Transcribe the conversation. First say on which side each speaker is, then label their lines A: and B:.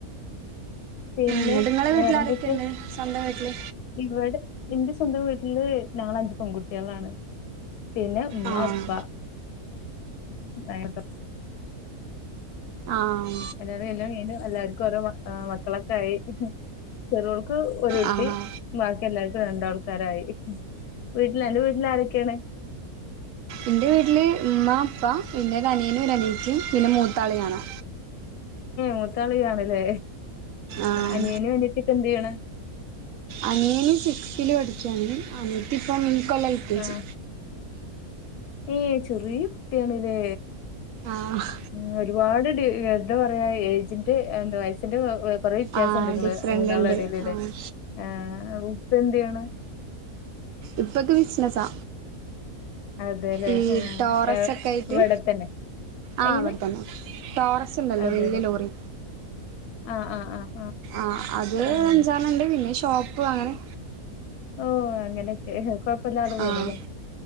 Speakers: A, on the left; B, on the right.
A: പിന്നെ
B: എന്നിട്ട് നിങ്ങളെ വീട്ടിൽ
A: വേറെന്തൊക്കെ
B: ആരൊക്കെയുണ്ട് സ്വന്തം വീട്ടില്
A: ഇവിടെ എന്റെ സ്വന്തം വീട്ടില് നാലഞ്ച് പെൺകുട്ടികളാണ് പിന്നെ മ്മ
B: ആഹ്
A: ഉപ്പ <unintelligible>
B: ആഹ
A: എല്ലാവരും എല്ലാം കും എല്ലാവർക്കുംഓ മക്കളൊക്കെ ആയി ചെറൾ ഒരുട്ടി
B: ആഹ്
A: ബാക്കി എല്ലാർക്കും രണ്ടാൾക്കാരായി വീട്ടിലല്ല വീട്ടിൽ ആാരൊക്കെയാണ്
B: എന്റെറെ വീട്ടില് ഉമ്മ അപ്പ പിനൊരു അനിയനും ഒരനിയത്തിയും പിന്നെ മൂത്താൾ ഞാനാ
A: മൂത്താളിയ്യാണില്ലെ
B: ആഹ്
A: അനിയനും അനീത്തിയൊക്കെ എന്ത് ചെയ്യണ
B: അനിയന് സിക്സ്തില് പഠിക്കാണ് അനിത്തിപ്പം ഇകൊല്ലം എൽകെജി
A: ആഹ് ഏ ചെറിയ കുട്ടിയണല്ലേ
B: ആഹ്
A: ഉം ഒരുപാട് ട് എന്താ പറയാ ഏജിന്റെ എന്തുവ വയസ്സിന്റെ കൊ കൊറെ വെത്യാസണ്ട്
B: ആഹ്
A: ങ്ങള്
B: ഡിഫറന്റ്
A: മൂന്നാളടയിലേ
B: ഉണ്ട്
A: ല്ലേ
B: ആഹ്
A: ആഹ് ഉപ്പ എന്ത് ചെയ്യണ്
B: ഉപ്പക്ക് ബിസിനസ്സാ
A: അതെല്ലേ
B: ഈ
A: ആഹ്
B: ടോറസ്
A: ഏഹ്
B: ഒക്കെ ആയിറ്റ്
A: ഇവിടെ തന്നെ
B: ആഹ്
A: എങ്ങനെ
B: അവിടെ തന്നെ ടോറസ്ണ്ടല്ലോ
A: അതെല്ലേ
B: വല്യ ലോറി
A: ആഹ് ആഹ് ആഹ്
B: ആഹ് അത്
A: അങ്ങനെ
B: അഞ്ചാറ്ണ്ണണ്ട് പിന്നെ ഷോപ്പ് അങ്ങനെ
A: ഓഹ് അങ്ങനെക്കെ കൊയ് പ്പില്ലാതെ പോണൂല്ലേ
B: ആഹ്